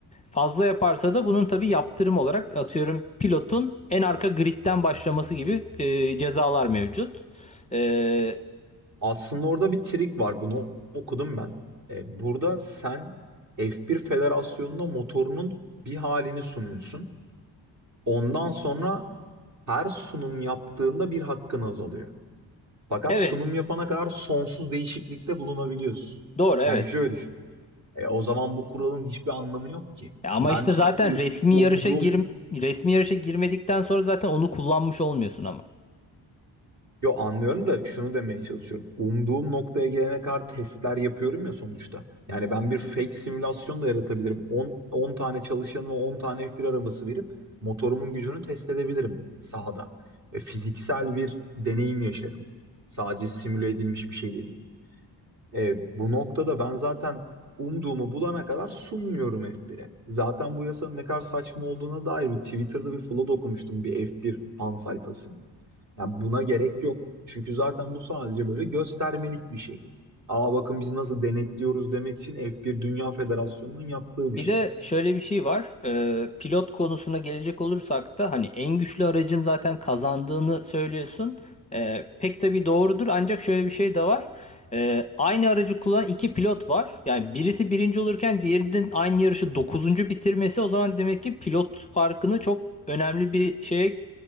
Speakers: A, on the left; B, on the right.
A: Fazla yaparsa da bunun tabii yaptırım olarak atıyorum pilotun en arka gridden başlaması gibi e, cezalar mevcut. E,
B: Aslında orada bir trik var. Bunu okudum ben. E, burada sen F1 Federasyonu'na motorunun bir halini sunuyorsun. Ondan sonra her sunum yaptığında bir hakkın azalıyor. Fakat
A: evet
B: sunum yapana kadar sonsuz değişiklikte bulunabiliyorsun.
A: doğru evet.
B: Yani şöyle düşün. E, o zaman bu kuralın hiçbir anlamı yok ki.
A: E ama
B: Ben
A: işte
B: s-
A: zaten
B: i-
A: resmi
B: Hmm.
A: yarışa
B: umduğum
A: gir resmi yarışa girmedikten sonra zaten onu kullanmış olmuyorsun ama.
B: Yo anlıyorum da şunu demeye çalışıyorum. Umduğum noktaya gelene kadar testler yapıyorum ya sonuçta. Yani ben bir fake simülasyon da yaratabilirim. 10 10 tane çalışanıma 10 tane f bir arabası verip motorumun gücünü test edebilirim sahada. Ve fiziksel bir deneyim yaşarım. Sadece simüle edilmiş bir şey de değil. E, bu noktada ben zaten umduğumu bulana kadar sunmuyorum F1'e. Zaten bu yasanın ne kadar saçma olduğuna dair bir Twitter'da bir flood okumuştum bir F1 fan sayfasında. Yani buna gerek yok. Çünkü zaten bu sadece böyle göstermelik bir şey. Aa bakın biz nasıl denetliyoruz demek için F1 Dünya Federasyonu'nun yaptığı bir
A: Bir
B: şey.
A: de şöyle bir şey var. E, pilot konusuna gelecek olursak da hani en güçlü aracın zaten kazandığını söylüyorsun. E, pek tabii doğrudur ancak şöyle bir şey de var. E, aynı aracı kullanan iki pilot var. Yani birisi birinci olurken diğerinin aynı yarışı dokuzuncu bitirmesi o zaman demek ki pilot farkını çok önemli bir şeye